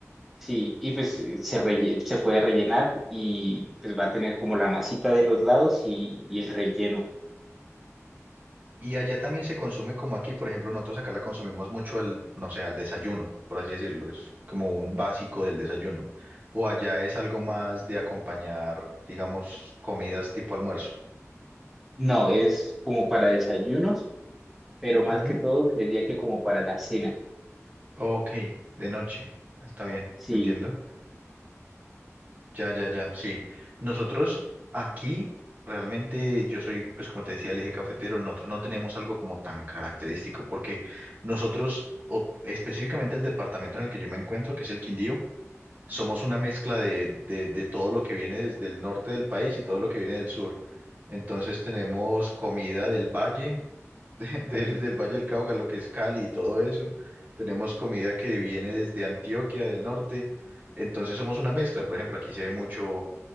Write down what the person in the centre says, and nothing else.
Sí, y pues eh, se, relle- se puede rellenar y pues va a tener como la masita de los lados y, y el relleno.
No, es como para desayunos, pero más
que todo creería que como para la cena.
Sí,